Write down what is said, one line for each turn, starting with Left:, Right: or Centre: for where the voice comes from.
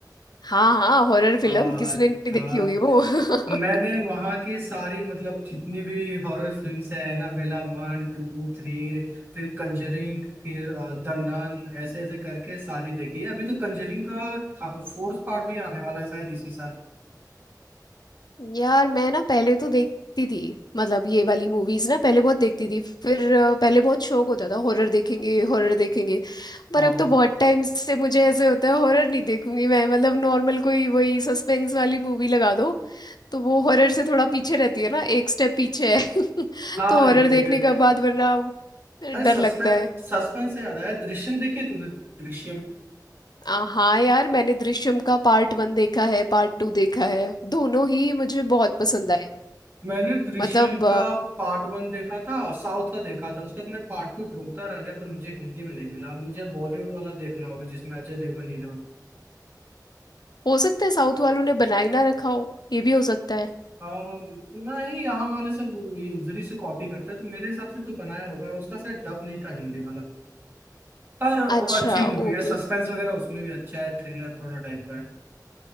Left: हाँ हाँ हॉरर फिल्म
Right: आ,
Left: किसने नहीं
Right: आ,
Left: देखी होगी वो <laughs>
Right: मैंने वहाँ की सारी मतलब जितनी भी हॉरर फिल्म्स है एनाबेला वन टू थ्री फिर कंजरिंग फिर द नन ऐसे ऐसे करके सारी देखी है अभी तो कंजरिंग का फोर्थ पार्ट भी आने वाला है शायद इसी साल
Left: यार मैं ना पहले तो देखती थी मतलब ये वाली मूवीज ना पहले बहुत देखती थी फिर अ, पहले बहुत शौक होता था हॉरर देखेंगे हॉरर देखेंगे पर
Right: हाँ
Left: अब तो बहुत टाइम से मुझे ऐसे होता है हॉरर नहीं देखूंगी मैं मतलब नॉर्मल कोई वही सस्पेंस वाली मूवी लगा दो तो वो हॉरर से थोड़ा पीछे रहती है ना एक स्टेप पीछे है <laughs>
Right: हाँ
Left: तो हॉरर
Right: ये भी
Left: देखने
Right: है
Left: के बाद वरना
Right: अरे
Left: डर
Right: सस्पेंस
Left: लगता है
Right: सस्पेंस से याद आया दृश्यम देखिए तुमने दृश्यम
Left: आ, हाँ यार मैंने दृश्यम का पार्ट वन देखा है पार्ट टू देखा है दोनों ही मुझे बहुत पसंद आए
Right: मैंने दृश्यम
Left: मतलब
Right: का पार्ट वन देखा था साउथ का देखा था उसके बाद मैं पार्ट टू ढूंढता रह गया पर मुझे हिंदी में नहीं मिला मुझे बॉलीवुड वाला देखना होगा जिसमें अजय देवगन हीरो है
Left: हो सकता है साउथ वालों ने बनाई ना रखा हो ये भी हो सकता है
Right: अम, नहीं यहाँ वाले सब उधरी से कॉपी करते हैं तो मेरे हिसाब से तो बनाया होगा उसका शायद डब नहीं था हिंदी वाला पर
Left: अच्छा
Right: वो अच्छी मूवी
Left: ओके
Right: है सस्पेंस वगैरह उसमें भी अच्छा है थ्रिलर थोड़ा टाइप का है